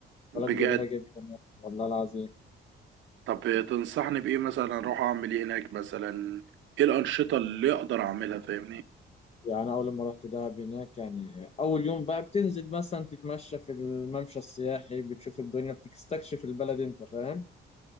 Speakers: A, on the right; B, on the left.
A: بجد
B: بلد جميله جدا يعني والله العظيم
A: طب آه، تنصحني بايه مثلا اروح اعمل ايه هناك مثلا ايه الانشطه اللي اقدر اعملها فاهمني
B: يعني اول ما رحت دهب هناك يعني اول يوم بقى بتنزل مثلا تتمشى في الممشى السياحي بتشوف الدنيا بتستكشف البلد انت فاهم